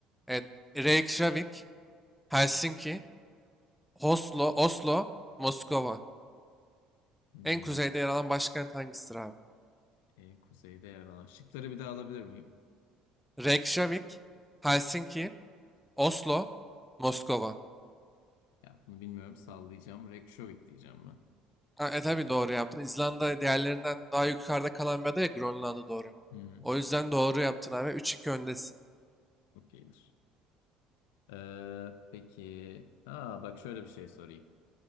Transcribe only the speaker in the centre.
Evet. Reykjavik. Helsinki, Oslo, Oslo, Moskova.
En kuzeyde yer alan başkent hangisidir abi?
Reykjavik, Helsinki, Oslo, Moskova.
Ha, e tabii doğru yaptın. İzlanda diğerlerinden daha yukarıda kalan bir ada ya Grönland'a doğru.
O yüzden doğru yaptın abi. 3-2 öndesin.